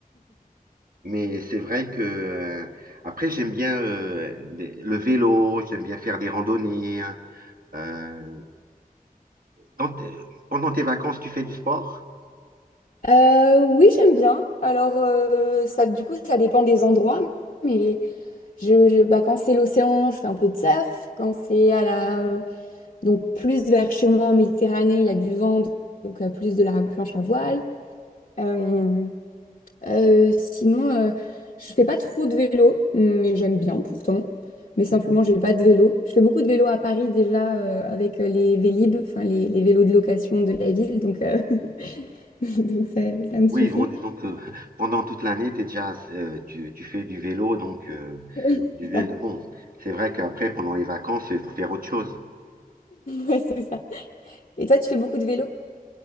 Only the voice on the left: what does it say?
Euh, oui, j'aime bien. Alors, euh, ça, du coup, ça dépend des endroits. Mais je, je- bah, quand c'est l'océan, je fais un peu de surf. Quand c'est à la Donc plus vers chez moi en Méditerranée, il y a du vent, donc euh, plus de la planche à voile. Euh, euh, sinon, euh, je fais pas trop de vélo, mais j'aime bien pourtant. Mais simplement, j'ai pas de vélo. Je fais beaucoup de vélo à Paris déjà euh, avec euh, les Vélib, enfin les, les vélos de location de la ville, donc, euh, <laughs> donc ça, ça me suffit.
<laughs>
Oui,
c'est
ça.
Ouais, c'est ça. Et toi, tu fais beaucoup de vélo?